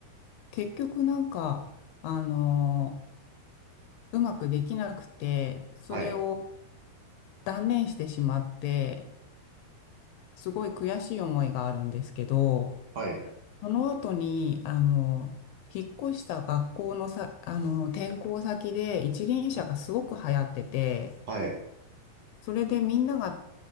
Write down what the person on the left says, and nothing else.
結局なんか、あの、うまくできなくて、それを
断念してしまって、すごい悔しい思いがあるんですけど、
その後に、あの、引っ越した学校のさ、あの、転校先で一輪車がすごく流行ってて、
それでみんなが